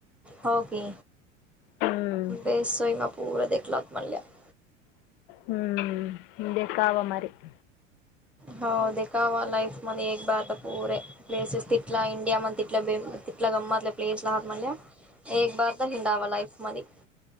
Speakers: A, in the centre; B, on the left.
A: हो की
B: हम्म.
A: बेसोय पूर देखलात म्हल्या <inaudible>
B: हम्म हे कावा मारी <inaudible>
A: हो दे कावा लाईफ मध्ये एक बारता प पुरे <inaudible> प्लेसेस तिला इंडिया म तिल्या बे तला गमतल्या प्लेसला आहात म्हण <inaudible> एक बार तर हिंडावा लाईफ मध्ये <inaudible>